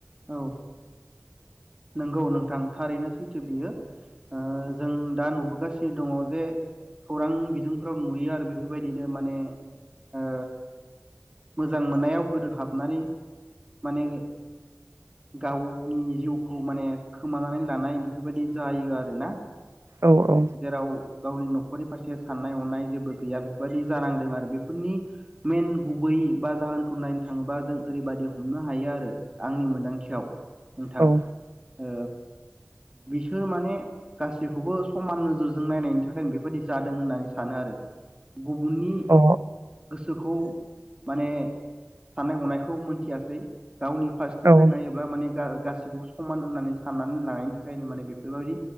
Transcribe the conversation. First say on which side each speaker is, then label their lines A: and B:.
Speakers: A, on the right; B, on the right.
A: औ नंगौ नोंथां थारैनो सैथो बियो ओ जों दा नुबोगासिनो दङ जे खौरां बिजोंफोराव नुयो आरो बेफोरबायदिनो माने ओ मोजां मोननायाव गोदोहाबनानै माने गावनि जिउखौ माने खोमानानै लानाय बेफोरबायदि जायो आरोना
B: औ औ
A: जेराव गावनि नखरनि फारसे साननाय हनाय जेबो गैया बेफोरबायाददि जानांदों आरो बेफोरनि मेन गुबै बा जाहोनखौ नायनो थाङोबा जों ओरैबायदि हमनो हायो आरो आंनि मोन्दांथियाव नोंथां
B: औ
A: ओ बिसोर माने गासैखौबो स खमान नोजोरजों नायनायनि थाखायनो बेफोरबायदि जादों होननानै सानो आरो गुबुननि
B: अ औ
A: गोसोखौ माने साननाय हनायखौ मोनथियासै गावनि <unintelligible>
B: औ
A: नायोब्ला माने <unintelligible> गासैखौबो समान होननानै साननानै लानायनि थाखायनो माने बेफोरबायदि